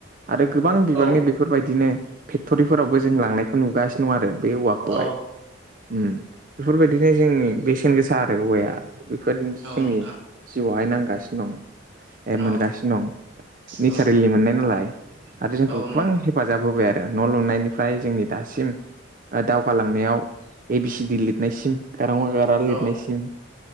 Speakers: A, on the right; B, on the right.
A: आरो गोबां बिबांनि
B: औ
A: बेफोरबायदिनो फेक्ट'रिफोरावबो जों लांनायखौ नुगासिनो दं आरो बे औवाखौहाय
B: औ
A: उम। बेफोरबायदिनो जोंनि बेसेन गोसा आरो औवाया बेफोर जोंनि
B: औ नोंथां
A: जिउआवहाय नांगासिनो दं ए
B: औ
A: मोनगासिनो दं नेचारेलि
B: औ
A: मोननाय नालाय <unintelligible> आरो जोंखौ
B: औ नोंथां
A: गोबां हेफाजाब होबाय आरो न' लुनायनिफ्राय जोंनि दासिम दावगालांनायाव ए बि सि डि लिरनायसिम गारां अ गार आ लिरनायसिम
B: औ